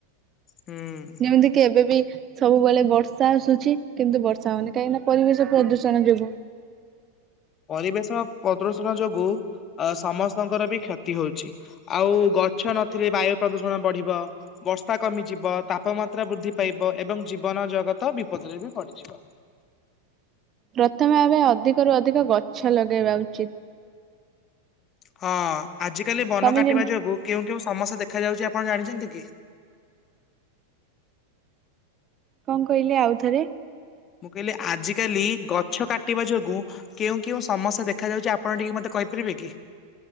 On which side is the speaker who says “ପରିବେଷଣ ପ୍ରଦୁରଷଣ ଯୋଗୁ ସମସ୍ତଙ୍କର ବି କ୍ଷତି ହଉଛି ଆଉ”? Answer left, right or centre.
Left